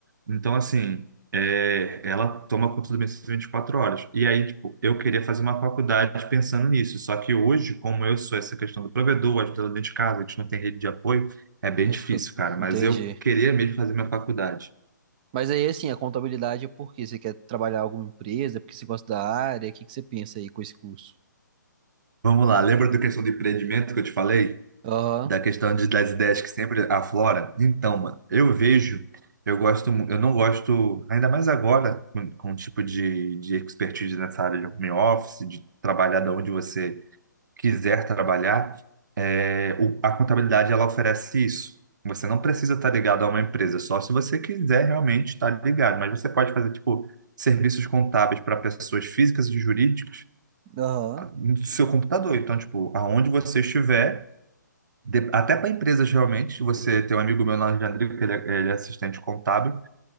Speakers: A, on the right (about 70°); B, on the right (about 25°).
A: Então, assim, é, ela toma conta do Benício 24 horas. E aí, tipo, eu queria fazer uma faculdade pensando nisso. Só que hoje, como eu sou essa questão do provedor, ajudando dentro de casa, a gente não tem rede de apoio, é bem
B: Aí
A: difícil,
B: fica,
A: cara. Mas
B: entendi.
A: eu queria mesmo fazer minha faculdade.
B: Mas aí, assim, a contabilidade é porque você quer trabalhar em alguma empresa, porque você gosta da área, o que que você pensa aí com esse curso?
A: Vamos lá, lembra da questão do empreendimento que eu te falei?
B: Aham,
A: da questão de, das ideias que sempre aflora. Então, mano, eu vejo, eu gosto, mu- eu não gosto, ainda mais agora, com, com o tipo de, de expertise nessa área de home office, de trabalhar de onde você quiser trabalhar, é, o- a contabilidade ela oferece isso. Você não precisa estar ligado a uma empresa, só se você quiser realmente estar ligado, mas você pode fazer, tipo, serviços contábeis para pessoas físicas e jurídicas
B: aham,
A: no seu computador. Então, tipo, aonde você estiver, de- até para empresas realmente, você tem um amigo meu lá de Andrigo, que ele é, ele é assistente contábil,